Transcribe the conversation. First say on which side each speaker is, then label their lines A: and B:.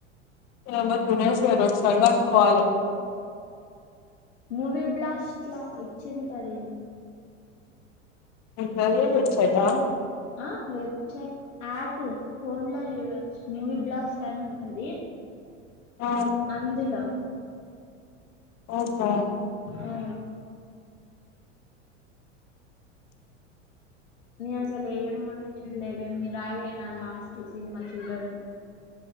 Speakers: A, on the left (about 45°); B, on the left (about 70°).
A: ఇగ మా జూనియర్స్ <unintelligible> కాలే
B: మూవీ బ్లాస్ట్లా వచ్చింటదేం
A: ఏంటది? వెబ్సైటా
B: ఆ వెబ్ సై అప్ ఫోన్లో చూడచ్చు మూవీ బ్లాస్టన్ ఉంటది
A: ఆ
B: అందులో
A: ఓహో
B: ఆ నే అసల్ ఏ మూవీ జూడ్లేదే మిరాయే నా లాస్ట్ సినిమా చూడడం